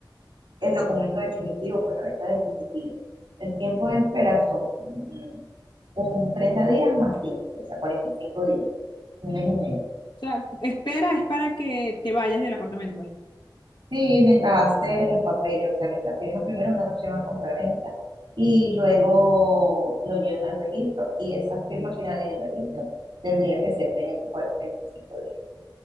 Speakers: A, on the right; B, on the left.
A: el, el documento definitivo, pues la venta definitiva. El tiempo de espera son mm, un 30 días más 15, o sea, 45 días, un mes y medio.
B: O sea, espera es para que te vayas del apartamento, pues.
A: Sí, mientras hace los papeles, o sea, mientras firma primero una opción a compraventa y luego lo llevan al registro y esas firmas finales en el registro tendría que ser en esos 45 días.